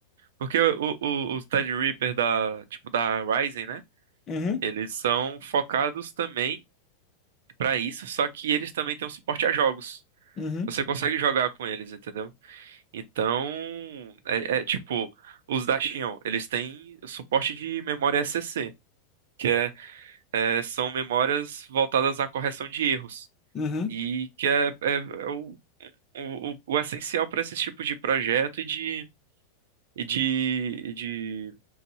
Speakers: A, on the right; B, on the left.
A: Porque o- o- os Tide Reaper da, tipo, da Ryzen, né?
B: uhum,
A: Eles são focados também pra isso, só que eles também têm um suporte a jogos.
B: uhum,
A: Você consegue jogar com eles, entendeu? Então, é, é tipo, os da Xeon, eles têm suporte de memória SCC, que é, é, são memórias voltadas à correção de erros.
B: uhum,
A: E que é, é- é o, o, o- o essencial para esse tipo de projeto e de, e de, e de